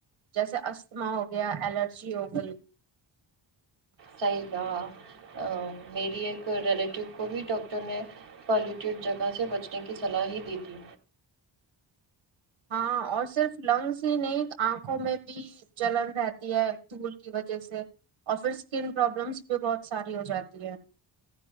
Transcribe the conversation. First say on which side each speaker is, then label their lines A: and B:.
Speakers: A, on the right; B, on the right.
A: جیسے استھما ہوگیا الرجی ہوگئی
B: صحیح کہا میری ایک ریلیٹیو کو بھی ڈاکٹر نے پالیوٹیڈ جگہ سے بچنے کی صلاح ہی دی تھی
A: ہاں اور صرف لنگس ہی نہیں آنکھوں میں بھی چلن رہتی ہے دھول کی وجہ سے اور پھر اسکن پرابلمس بھی بہت ساری ہو جاتی ہے